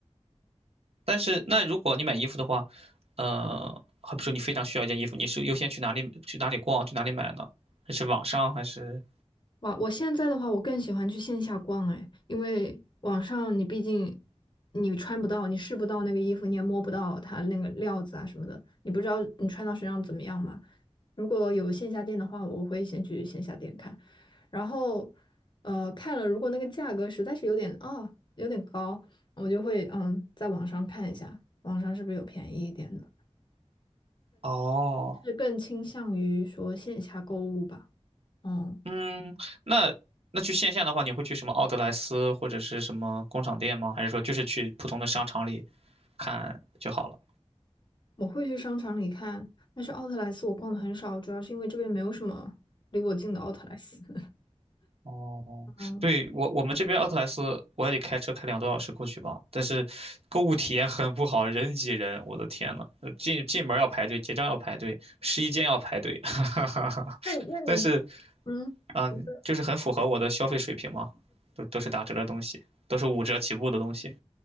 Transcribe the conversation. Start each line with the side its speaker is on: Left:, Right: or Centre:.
Right: 但是那如果你买衣服的话，呃，好比说你非常需要一件衣服，你是优先去哪里去哪里逛，去哪里买呢？还是网上？还是
Left: 哇，我现在的话，我更喜欢去线下逛哎，因为网上你毕竟你穿不到，你试不到那个衣服，你也摸不到它那个料子啊什么的，你不知道你穿到身上怎么样嘛。如果有线下店的话，我会先去线下店看，然后呃看了，如果那个价格实在是有点啊有点高，我就会嗯在网上看一下，网上是不是有便宜一点的，
Right: 哦，
Left: 是更倾向于说线下购物吧，嗯。
Right: 嗯，那那去线下的话，你会去什么奥特莱斯或者是什么工厂店吗？还是说就是去普通的商场里看就好了？
Left: 我会去商场里看，但是奥特莱斯我逛的很少，主要是因为这边没有什么离我近的奥特莱斯。<laughs>
Right: 哦，
Left: 嗯，
Right: 对，我我们这边奥特莱斯，我也得开车开两个多小时过去吧。但是购物体验很不好，人挤人，我的天呐，呃进进门要排队，结账要排队，试衣间要排队，<laughs> 哈哈哈但是
Left: 那你那你嗯，
Right: 嗯，
Left: 不是
Right: 就是很符合我的消费水平嘛，都都是打折的东西，都是五折起步的东西。